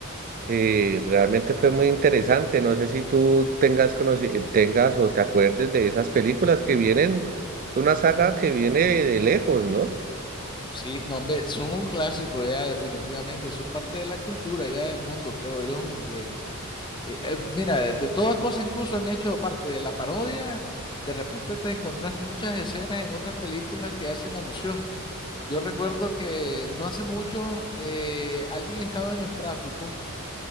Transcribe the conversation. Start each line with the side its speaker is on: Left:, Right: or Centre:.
Right: que realmente fue muy interesante. No sé si tú tengas, conoci- eh, tengas o te acuerdes de esas películas que vienen. Es una saga que viene de lejos, ¿no?
Left: Sí, no, hombre, son un clásico ya, definitivamente, son parte de la cultura ya del mundo, creo yo, porque, eh, eh, mira, de, de todas cosas incluso han hecho parte de la parodia, eh, de repente te encontrás muchas escenas en otras películas que hacen alusión. Yo recuerdo que no hace mucho eh, alguien estaba en el tráfico